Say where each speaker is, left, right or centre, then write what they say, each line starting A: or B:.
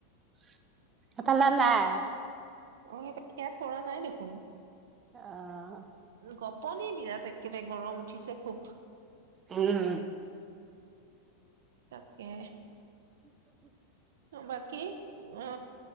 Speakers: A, on the right; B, on the right.
A: <unintelligible> এফালে নাই
B: অ ইয়াত পৰাঢ নাই দেখোন
A: অ
B: গপনি বিৰাট একেবাৰে গৰম উঠিছে খুব
A: উম
B: তাকে বাকী অ